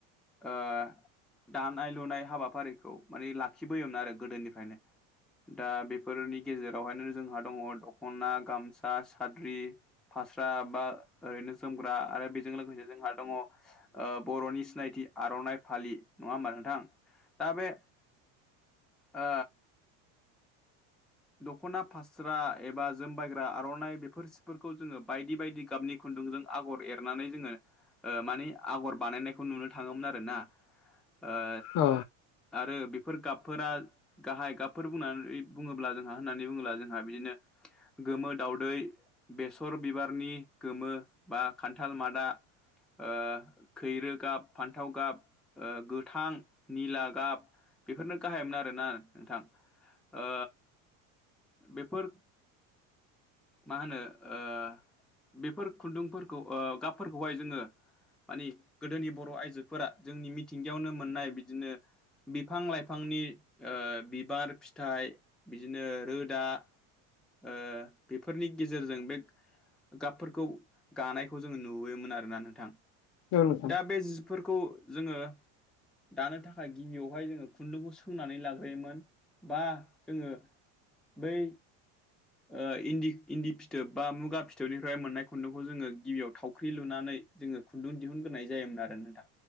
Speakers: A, in the centre; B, on the left.
A: ओ दानाय लुनाय हाबाफारिखौ माने लाखिबोयोमोन आरो गोदोनिफ्रायनो दा बेफोरनि गेजेर नो जोंहा दङ दखना, गामसा, साद्रि, फास्रा बा ओरैनो जोमग्रा आरो बेजों लोगोसेनो जोंहा दङ ओ बर'नि सिनायथि आर'नाइ फालि नङा होमबा नोंथां दा बे ओ दख'ना फास्रा एबा जोमबायग्रा आर'नाइ बेफोर सिफोरखौ जोङो बायदि बायदि गाबनि खुन्दुंजों आगर एरनानै जोङो ओ मानि आगर बानायनायखौ नुनो थाङोमोन आरोना। ओ
B: औ नोंथां अ
A: आरो बेफोर गाबफोरा गाहाय गाबफोर बुंनानै बुङोब्ला जों होननानै बुङोब्ला जोंहा बिदिनो गोमो दावदै, बेसर बिबारनि गोमो बा खान्थाल मादा ओ खैरो गाब, फान्थाव गाब ओ गोथां, निला गाब बेफोरनो गाहायोन आरोना नोंथां ओ बेफोर मा होनो ओ बेफोर खुन्दुंफोरखौ ओ गाबफोरखौहाय जोङो माने गोदोनि बर' आइजोफोरा जोंनि मिथिंगायावनो मोननाय बिदिनो बिफां लाइफांनि ओ बिबार फिथाइ बिदिनो रोदा ओ बेफोरनि गेजेरजों बे गाबफोरखौ गानायखौ जोङो नुबोयोमोन आरोना नोंथां
B: औ नोंथां
A: दा बे जिफोर खौ जोङो दानो थाखाय गिबियावहाय जोङो खुन्दुंखौ सोंनानै लाग्रोयोमोन बा जोङो बै ओ इन्दि इन्दि फिथोब बा मुगा फिथोबनिफ्राय मोननाय खुन्दुंखौ जोङो गिबियाव थावख्रि लुनानै जोङो खुन्दुं दिहुनग्रोनाय जायोमोन आरो नोंथां